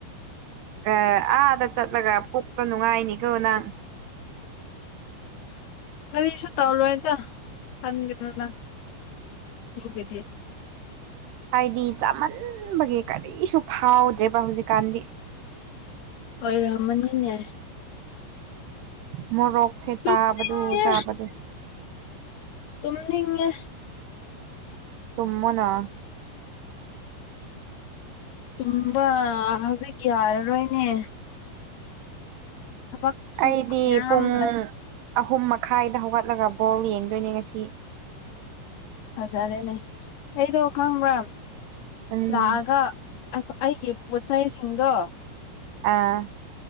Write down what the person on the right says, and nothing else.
ꯑ ꯑꯥꯗ ꯆꯠꯂꯒ ꯄꯨꯛꯇꯨ ꯅꯨꯡꯉꯥꯏꯅꯤꯀꯣ ꯅꯪ
ꯍꯥꯏꯗꯤ ꯆꯥꯃꯟꯕꯒꯤ ꯀꯔꯤꯁꯨ ꯐꯥꯎꯗ꯭ꯔꯦꯕ ꯍꯧꯖꯤꯛꯀꯥꯟꯗꯤ
ꯃꯣ ꯔꯣꯛꯁꯦ
ꯆꯥꯕꯗꯨ ꯆꯥꯕꯗꯨ
ꯇꯨꯝꯃꯣꯅ
ꯑꯩꯗꯤ
ꯄꯨꯡ
ꯑꯍꯨꯝ ꯃꯈꯥꯏꯗ ꯍꯧꯒꯠꯂꯒ ꯕꯣꯜ ꯌꯦꯡꯗꯣꯏꯅꯦ ꯉꯁꯤ
ꯎꯝ
ꯑꯥ